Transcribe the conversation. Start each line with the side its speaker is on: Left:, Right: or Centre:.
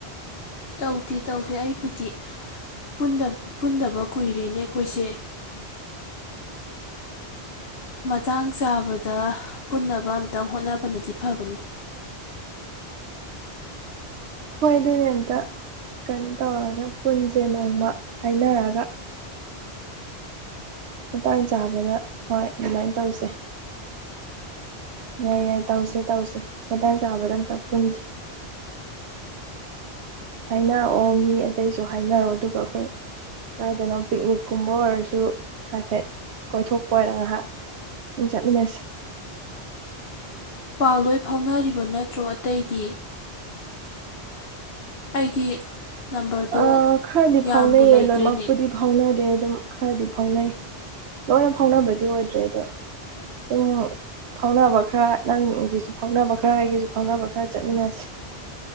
Left: ꯇꯧꯗꯦ ꯇꯧꯗꯦ ꯑꯩꯕꯨꯗꯤ ꯄꯨꯟꯗ ꯄꯨꯟꯗꯕ ꯀꯨꯏꯔꯦꯅꯦ ꯑꯩꯈꯣꯏꯁꯦ ꯃꯇꯥꯡ ꯆꯥꯕꯗ ꯄꯨꯟꯅꯕ ꯑꯝꯇꯪ ꯍꯣꯠꯅꯕꯅꯗꯤ ꯐꯕꯅꯤ
Right: ꯍꯣꯏ ꯑꯗꯨꯅꯦ ꯑꯝꯇ ꯀꯩꯅꯣ ꯇꯧꯔꯒ ꯄꯨꯟꯁꯦ ꯅꯣꯡꯃ ꯍꯥꯏꯅꯔꯒ ꯃꯇꯥꯡ ꯆꯥꯕꯗ ꯍꯣꯏ ꯑꯗꯨꯃꯥꯏꯅ ꯇꯧꯁꯦ ꯌꯥꯏ ꯌꯥꯏ ꯇꯧꯁꯦ ꯇꯧꯁꯦ ꯃꯇꯥꯡ ꯆꯥꯕꯗ ꯑꯝꯇ ꯄꯨꯟꯁꯦ ꯍꯥꯏꯅꯔꯛꯑꯣ ꯃꯤ ꯑꯇꯩꯁꯨ ꯍꯥꯏꯅꯔꯑꯣ ꯑꯗꯨꯒ ꯑꯩꯈꯣꯏ ꯀꯥꯏꯗꯅꯣ ꯄꯤꯛꯅꯤꯛꯀꯨꯝꯕ ꯑꯣꯏꯔꯁꯨ ꯍꯥꯏꯐꯦꯠ ꯀꯣꯏꯊꯣꯛꯄ ꯑꯣꯏꯔ ꯉꯥꯏꯍꯥꯛ ꯑꯗꯨꯝ ꯆꯠꯃꯤꯟꯅꯁꯦ
Left: ꯄꯥꯜꯂꯣꯏ ꯐꯥꯎꯅꯔꯤꯕ ꯅꯠꯇ꯭ꯔꯣ ꯑꯇꯩꯗꯤ ꯑꯩꯗꯤ ꯅꯝꯕꯔꯗꯣ
Right: ꯑꯥ ꯈꯔꯗꯤ
Left: ꯌꯥꯝꯕꯨ
Right: ꯐꯥꯎꯅꯩꯌꯦ
Left: ꯂꯩꯇ꯭ꯔꯦꯅꯦ
Right: ꯂꯣꯏꯅꯃꯛꯄꯨꯗꯤ ꯐꯥꯎꯅꯗꯦ ꯑꯗꯨꯝ꯫ ꯈꯔꯗꯤ ꯐꯥꯎꯅꯩ ꯂꯣꯏꯅ ꯐꯥꯎꯅꯕꯗꯤ ꯑꯣꯏꯗ꯭ꯔꯦ ꯑꯗꯣ ꯑꯗꯨꯝ ꯐꯥꯎꯅꯕ ꯈꯔ ꯅꯪꯒꯤꯁꯨ ꯐꯥꯎꯅꯕ ꯈꯔ ꯑꯩꯒꯤꯁꯨ ꯐꯥꯎꯅꯕ ꯈꯔ ꯆꯠꯃꯤꯟꯅꯁꯤ꯫